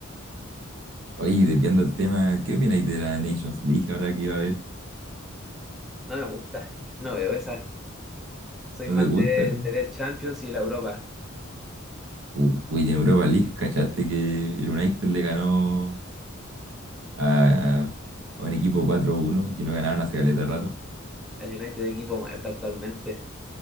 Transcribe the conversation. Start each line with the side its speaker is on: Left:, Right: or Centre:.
Right: Oye, y desviando el tema, ¿qué opináis de la Nations League ahora que iba a haber?
Centre: No me gusta, no veo esa. Soy
Right: ¿No
Centre: más
Right: te gusta
Centre: de,
Right: el?
Centre: de ver Champions y la Europa.
Right: U- Uy, en Europa League, ¿cachaste que el United le ganó a, a un equipo cuatro uno y que no ganaban hace caleta de rato?
Centre: El United de equipo muerto actualmente.